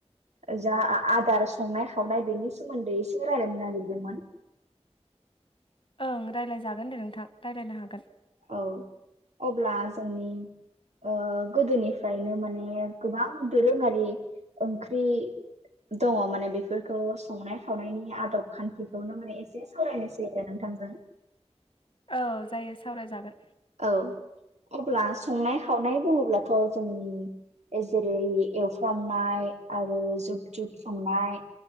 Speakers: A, on the right; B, on the left.
A: ओ जा आदार संनाय खावनाय बेनि सोमोन्दै एसे रायलायनो नागिरदोंमोन।
B: ओं रायलायजागोन दे नोंथां रायलायनो हागोन।
A: औ अब्ला जोंनि ओ गोदोनिफ्रायनो माने गोबां दोरोङारि ओंख्रि दङ' माने बेफोरखौ संनाय खावनायनि आदब खान्थिखौनो माने एसे सावरायनोसै आरो नोंथांजों।
B: औ जायो सावरायजागोन।
A: औ अब्ला संनाय खावनाय बुङोब्लाथ' जोंनि ए जेरै एवफ्रामनाय आरो जुब जुब संनाय